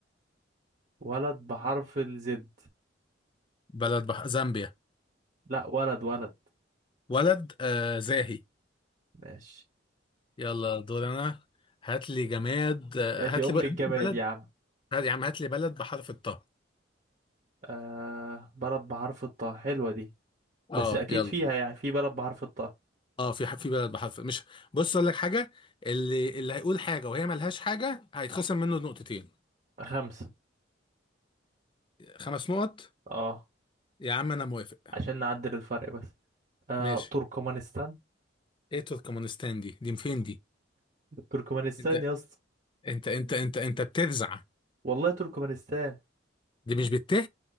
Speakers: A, on the right; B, on the left.
A: ولد بحرف الزد
B: بلد بح... زامبيا
A: لا ولد ولد
B: ولد آه زاهي
A: ماشي
B: يلا دور انا هات لي جماد آه،
A: ياتي
B: هات
A: أم
B: لي ب- هات
A: الجماد
B: لي بلد
A: يا عم
B: هات- يا عم هات لي بلد بحرف الطاء
A: آه... بلد بحرف الطاء حلوة دي
B: اه
A: بس أكيد
B: يلا
A: فيها يعني في بلد بحرف الطاء
B: اه في ح- في بلد بحرف مش بص اقول لك حاجه اللي اللي هيقول حاجه وهي ملهاش حاجه هيتخصم منه نقطتين
A: آه، خمسة
B: خمس نقط
A: اه
B: يا عم انا موافق
A: عشان نعدل الفرق بس آه...
B: ماشي
A: تركمانستان
B: ايه تركمانستان دي دي فين دي
A: تركمانستان
B: انت
A: يا اسطى
B: انت انت انت انت بترزع
A: والله تركمانستان
B: دي مش بته